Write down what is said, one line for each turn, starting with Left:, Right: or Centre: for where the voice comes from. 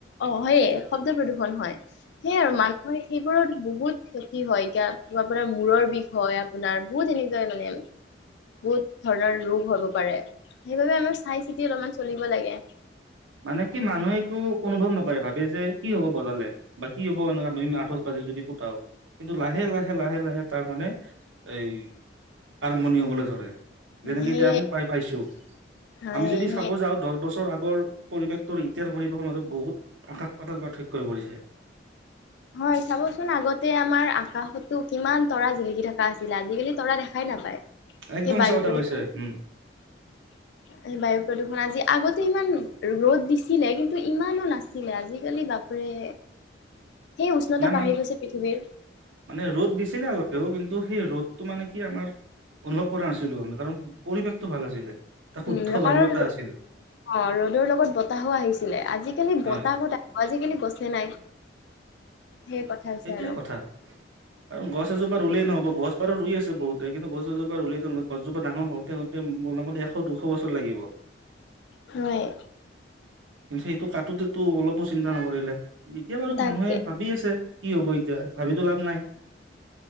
Left: অ, হয়ে শব্দ প্ৰদূষণ হয়। সেয়ে আৰু মানুহে সেইবোৰৰ বহুত ক্ষতি হয়। এতিয়া আপোনাৰ মূৰৰ বিষ হয়, আপোনাৰ বহুত এনেকুৱাই মানে। ব ধৰণৰ ৰোগ হব পাৰে। সেইবাবে আমাৰ চাই চিতি অলপমান চলিব লাগে।
Right: মানে কি মানুহে এইটো অনুভৱ নকৰে ভাবে যে কি হ'ব বজালে বা কি হ'ব এনে আঠচ বাজি যদি ফুটাও কিন্তু লাহে লাহে লাহে লাহে তাৰ মানে এই আৰম্ভণি হ'বলৈ ধৰে যেনেকে
Left: সেয়ে
Right: এতিয়া আমি পাই পাইছো
Left: হয়
Right: আমি যদি
Left: সেই
Right: চাব যাওঁ দহ বছৰ আগৰ পৰিৱেশটোৰ এতিয়াৰ পৰিৱেশতো বহুত আকাশ পাতাল পাৰ্থক্য হৈ পৰিছে
Left: হয় চাবচোন আগতে আমাৰ আকাশতো কিমান তৰা জিলিকি থকা আছিল আজিকালি তৰা দেখা খাই নাপায়
Right: একদম
Left: যে বায়ু
Right: সঁচা কথা
Left: প্ৰদূষণ
Right: কৈছে উম,
Left: <inaudible> সেই বায়ু প্ৰদূষণ আজি আগতে ইমান ৰদ দিছিলে কিন্তু ইমানো নাছিলে আজিকালি বাপৰে। <unintelligible> উষ্ণতা
Right: নাই
Left: বাঢ়ি
Right: মান
Left: গৈছে পৃথিৱীৰ
Right: মানে ৰ'দ দিছিলে আগতেও কিন্তু সেই ৰ'দ টো মানে কি আমাৰ অনুভৱ কৰা নাছিলো আমি কাৰণ পৰিৱেশটো ভাল আছিলে এ শুদ্ধ
Left: উম
Right: বায়ু
Left: কাৰণ
Right: এটা আছিল
Left: অ ৰ'দৰ লগত বতাহো আহিছিলে আজিকালি
Right: হয়
Left: বতাহ কত আজিকালি গছে নাই সেই কথা হৈছে
Right: সেইটোয়ে
Left: আৰু
Right: কথা আৰু গছ এজোপা ৰুলেই নহ'ব গছ ৰুই আছো বহুতে কিন্তু গছ এজোপা ৰুলে নহয় গছজোপাৰ ডাঙৰ হওঁতে হওঁতে মানে এশ দুশ বছৰ লাগিব
Left: হয়
Right: কিন্তু সেইটো কাটোতে টো অলপো চিন্তা নকৰিলে এতিয়া বাৰু
Left: তাকে
Right: মানুহে ভাবি আছে কি হ'ব এতিয়া ভাবিতো লাভ নাই